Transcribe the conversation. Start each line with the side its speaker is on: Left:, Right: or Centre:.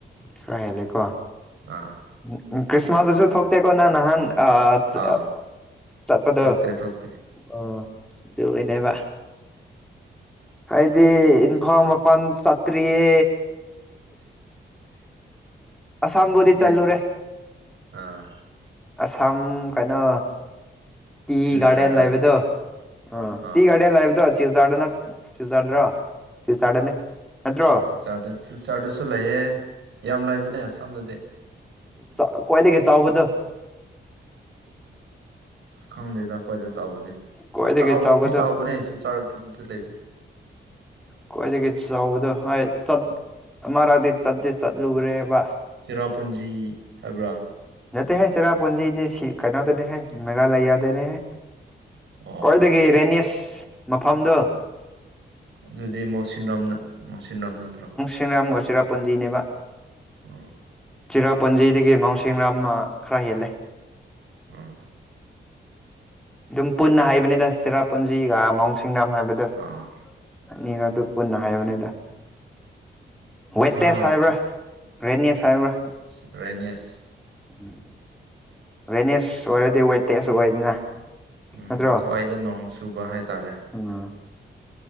Centre: ꯈꯔ ꯍꯦꯂꯦꯀꯣ꯫
Right: ꯑꯥ
Centre: ꯎ ꯀ꯭ꯔꯤꯁꯃꯁꯗꯁꯨ ꯊꯣꯛꯇꯦꯀꯣ ꯅꯪ ꯅꯍꯥꯟ ꯑ ꯑꯆ
Right: ꯑꯥ
Centre: ꯆꯠꯄꯗꯨ
Right: ꯊꯣꯛꯇꯦ ꯊꯣꯛꯇꯦ
Centre: ꯑꯥ꯫ ꯗꯨꯒꯤꯅꯦꯕ ꯍꯥꯏꯗꯤ ꯏꯟꯐꯥꯃꯞ ꯄꯥꯟ ꯆꯇ꯭ꯔꯤꯌꯦ ꯑꯁꯝꯕꯨꯗꯤ ꯆꯜꯂꯨꯔꯦ
Right: ꯗꯦꯜꯂꯤ ꯑꯥ
Centre: ꯑꯁꯥꯝ ꯀꯩꯅꯣ ꯇꯤ
Right: ꯁꯤꯜꯆꯔꯗ
Centre: ꯒꯥꯔꯗꯦꯟ ꯂꯩꯕꯗꯨ ꯑ
Right: ꯑꯥ
Centre: ꯇꯤ ꯒꯥꯔꯗꯦꯟ ꯂꯩꯕꯗꯨ ꯆꯤꯜꯆꯥꯔꯗꯅꯠ ꯆꯤꯜꯆꯥꯔꯗꯔꯣ ꯆꯤꯜꯆꯥꯔꯗꯅꯦ ꯅꯠꯇ꯭ꯔꯣ
Right: ꯁꯤꯜꯆꯔꯗ ꯁꯤꯜꯆꯔꯗꯁꯨ ꯂꯩꯌꯦ ꯌꯥꯝ ꯂꯩꯕꯅꯦ ꯑꯁꯥꯝꯗꯗꯤ
Centre: ꯆꯥ ꯀ꯭ꯋꯥꯏꯗꯒꯤ ꯆꯥꯎꯕꯗꯨ
Right: ꯈꯪꯗꯦꯗ ꯈ꯭ꯋꯥꯏꯗ ꯆꯥꯎꯕꯗꯤ
Centre: ꯈ꯭ꯋꯥꯏꯗꯒꯤ
Right: ꯆꯥꯎꯗꯤ
Centre: ꯆꯥꯎꯕꯗꯣ
Right: ꯆꯥꯎꯕꯅꯦ ꯁꯤꯜꯆꯔꯗ ꯂꯩꯕ
Centre: ꯀ꯭ꯋꯥꯏꯗꯒꯤ ꯆꯥꯎꯕꯗꯨ ꯍꯣꯏ ꯆꯠ ꯑꯃꯔꯛꯇꯤ ꯆꯠꯇꯤ ꯆꯠꯂꯨꯔꯦꯕ
Right: ꯆꯦꯔꯥꯄꯨꯟꯖꯤ ꯍꯥꯏꯕ꯭ꯔꯥ
Centre: ꯅꯠꯇꯦꯍꯦ ꯆꯦꯔꯥꯄꯨꯟꯖꯤꯗꯤ ꯁꯤ ꯀꯩꯅꯣꯗꯅꯦꯍꯦ ꯃꯦꯒꯥꯂꯩꯌꯥꯗꯅꯦꯍꯦ
Right: ꯑꯣ
Centre: ꯀꯣꯏꯗꯒꯦ ꯔꯦꯅꯦꯁ ꯃꯐꯝꯗꯨ
Right: ꯑꯗꯨꯗꯤ ꯃꯣꯁꯤꯟꯔꯝꯅ ꯃꯣꯁꯤꯅꯝ ꯅꯠꯇ꯭ꯔꯣ
Centre: ꯑꯦꯡꯔꯝꯒ ꯆꯦꯔꯥꯄꯨꯟꯖꯤꯅꯦꯕ
Right: ꯑ
Centre: ꯆꯦꯔꯥꯄꯨꯟꯖꯤꯗꯒꯤ ꯃꯥꯎꯟꯁꯤꯔꯝꯃ ꯈꯔ ꯍꯦꯜꯂꯦ
Right: ꯎꯝ
Centre: ꯑꯗꯨꯝ ꯄꯨꯟꯅ ꯍꯥꯏꯕꯅꯤꯗ ꯆꯦꯔꯥꯄꯨꯨꯟꯖꯤꯒ ꯃꯥꯎꯟꯁꯤ ꯍꯤꯡꯗꯥꯝ ꯍꯥꯏꯕꯗꯨ
Right: ꯑꯥ
Centre: ꯑꯅꯤꯗ ꯑꯗꯨꯝ ꯄꯨꯟꯅ ꯍꯥꯏꯕꯅꯤꯗ ꯋꯦꯠꯇꯦꯁ
Right: ꯍꯥ
Centre: ꯍꯥꯏꯕ꯭ꯔꯥ ꯔꯦꯟꯅꯦꯁ ꯍꯥꯏꯕ꯭ꯔꯥ
Right: ꯔꯦꯅꯦꯁ
Centre: ꯎꯝ ꯎ ꯔꯦꯅꯦꯁ ꯑꯣꯏꯔꯗꯤ ꯋꯦꯇꯦꯁ ꯑꯣꯏꯗꯅ
Right: ꯎꯝ
Centre: ꯅꯠꯇ꯭ꯔꯣ
Right: ꯈ꯭ꯋꯥꯏꯗ ꯅꯣꯡ ꯆꯨꯕ ꯍꯥꯏꯇꯥꯔꯦ
Centre: ꯎꯝ